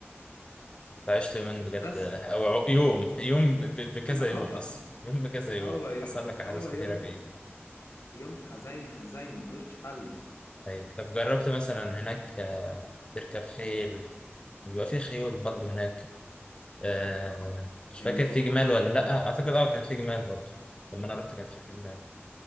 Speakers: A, on the left; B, on the left.
A: انت عشت يومين بجد
B: بس
A: او عو- يوم يوم ب- ب- بكذا
B: <laughs>
A: يوم اصلا يوم بكذا
B: هو
A: يوم
B: هو يوم
A: حصل لك احداث
B: هو
A: كتيره
B: يوم
A: فيه
B: يوم حزيني حزيني ملوش حل يعني
A: ايوه طب جربت مثلا هناك آه، تركب خيل بيبقى في خيول برضه هناك آه مش
B: خيول
A: فاكر في جمال ولا لا اعتقد اه كان في جمال برضه لما انا رحت كان في جمال